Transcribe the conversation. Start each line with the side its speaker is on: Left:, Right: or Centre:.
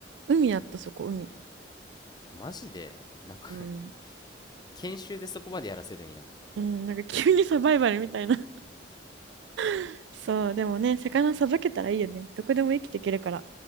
Right: 海やった、そこ、海。
Left: マジで、なんか
Right: うん。
Left: <laughs> 研修でそこまでやらせるんや。
Right: うん、なんか急にサバイバルみたいな。<laughs> そう、でもね、魚さばけたらいいよね。どこでも生きていけるから。